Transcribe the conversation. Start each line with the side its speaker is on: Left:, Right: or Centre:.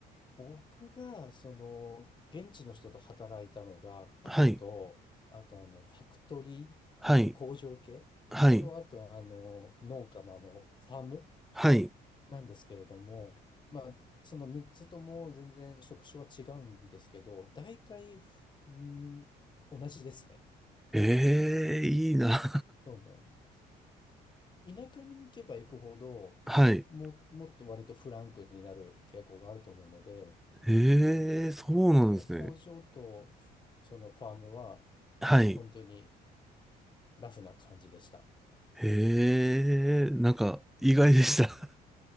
Left: 僕が、その、現地の人と働いたのが、カフェと、
Centre: はい、
Left: あと、あの、ファクトリー、
Centre: はい、
Left: あの、工場系と、
Centre: はい、
Left: あと、あの、農家の、あの、ファーム
Centre: はい。
Left: なんですけれども、まあ、その3つとも全然職種は違うんですけど、大体、うん、同じですね。
Centre: ええ、いいな。
Left: そうなんです。田舎に行けば行くほど、
Centre: <laughs> はい。
Left: も、もっと割とフランクになる傾向があると思うので、
Centre: ええ、そうなんですね。
Left: だから工場とそのファームは
Centre: はい。
Left: 本当にラフな感じでした。
Centre: ええ、なんか、意外でした。